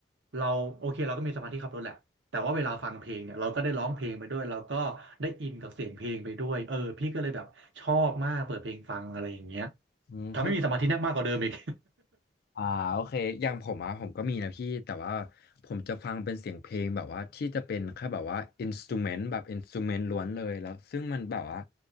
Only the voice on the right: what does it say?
เราโอเคเราก็มีสมาธิขับรถแหละแต่ว่าเวลาฟังเพลงเนี่ยเราก็ได้ร้องเพลงไปด้วยเราก็ได้อินกับเสียงเพลงไปด้วยเออพี่ก็เลยแบบชอบมากเปิดเพลงฟังอะไรอย่างเงี้ย
ทำให้มีสมาธิแนบมากกว่าเดิมอีก